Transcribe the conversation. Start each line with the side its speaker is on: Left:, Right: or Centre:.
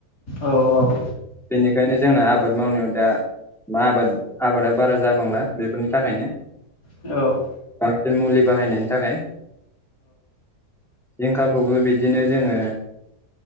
Left: औ औ।
Centre: बेनिखायनो जोंना आबाद मावनायाव दा मा आबाद। आबादा बारा जाबांला बेफोरनि थाखायनो।
Left: औ
Centre: बांसिन मुलि बाहायनायनि थाखाय। जिंखाखौबो बिदिनो जोङो।